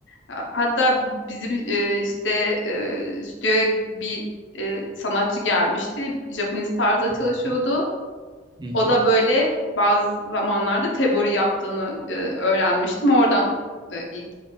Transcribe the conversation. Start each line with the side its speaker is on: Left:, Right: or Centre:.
Left: Ha- Hatta bizim e, işte e, stüdyoya bir e, sanatçı gelmişti. Japanese tarzda çalışıyordu.
Right: Hı hı. Hı hı.
Left: O da böyle bazı zamanlarda tebori yaptığını e, öğrenmiştim. Oradan e, ilk,